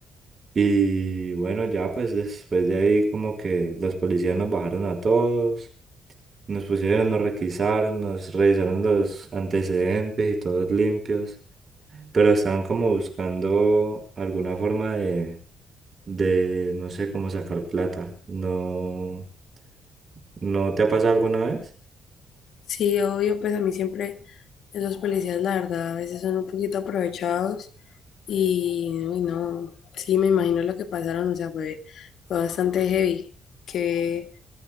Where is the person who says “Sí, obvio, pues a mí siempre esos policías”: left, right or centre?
Left